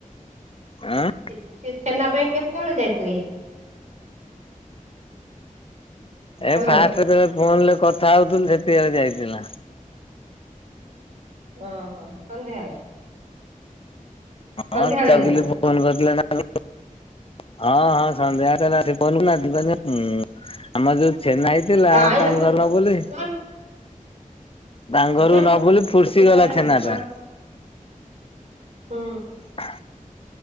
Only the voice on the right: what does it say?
ସି-ସିଏ ଛେନା ପାଇଁ କେତେବେଳେ ଯାଇଥିବେ?
ହ୍ୟାଲୋ
ଓ ହୋ ସନ୍ଧ୍ୟାବେଳେ। ସନ୍ଧ୍ୟାବେଳେ
ଯାଇଥିଲା
ଆଇଲେ
ନାନୀ
ଅନାନୀ
ସେ ତାର
କଣ
ହୁଁ।